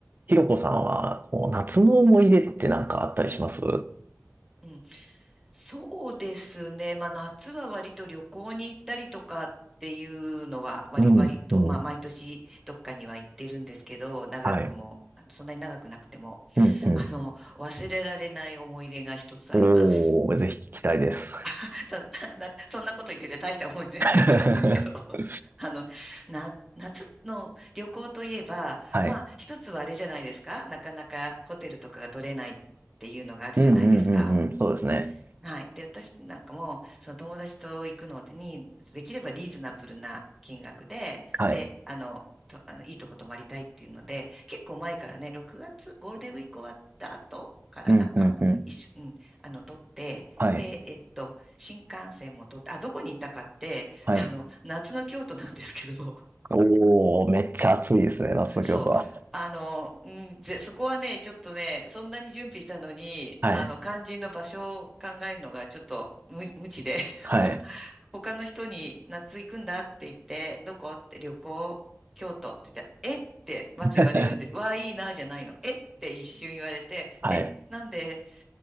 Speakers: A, on the right (about 40°); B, in the centre.
A: ひろこさんは、こう夏の思い出ってなんかあったりします
B: うん、そうですね。まあ、夏は割と旅行に行ったりとかっていうのは割、
A: うん、
B: 割と、
A: うん。
B: まあ、毎年どっかには行ってるんですけど、長くも、
A: はい。
B: あのそんなに長くなくても、
A: うん、
B: あの、忘れられない思い出が一つあります。
A: うん。おー、ぜひ聞きたいです。
B: <laughs> そなそんなこと言ってて大した思い出でもないんですけど
A: <laughs>
B: <laughs> あの、な、夏の旅行といえば、
A: はい。
B: まあ、一つはあれじゃないですか。なかなかホテルとかが取れないっていうのがあるじゃないですか。
A: うん、うん、うん、うん。そうですね。
B: うん。はい。で、私なんかも、その友達と行くのに、できればリーズナブルな金額で、
A: はい。
B: で、あの、と、あの、いいとこ泊まりたいっていうので、結構前からね、6月、ゴールデンウィーク終わった後からなんか、
A: うん、うん、うん。
B: 一緒、うん、あの、取って、
A: はい。
B: で、えっと、新幹線も通って、あ、どこに行ったかって、
A: はい。
B: あの、夏の京都なんですけど、<laughs>
A: おー、めっちゃ暑いですね、夏の京都は。
B: そう、あの、うんぜ、そこはね、ちょっとね、そんなに準備したのに、
A: はい。
B: あの、肝心の場所を考えるのがちょっと無、無知で、<laughs> なんか、
A: はい。
B: 他の人に夏行くんだって言って、どこって旅行、京都って言ったら、えってまず言われるんです。
A: <laughs>
B: わあ、いいな、じゃないの。えって一瞬言われて、
A: はい。
B: え、なんで